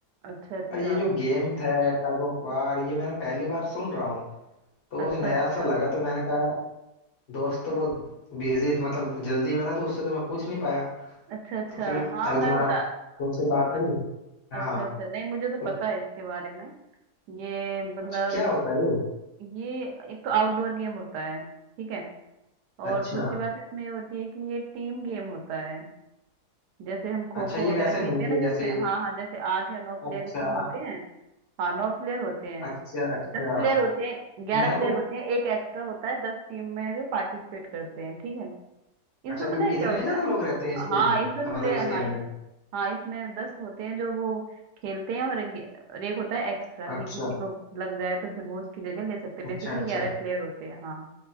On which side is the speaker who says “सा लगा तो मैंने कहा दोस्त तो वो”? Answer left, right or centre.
Left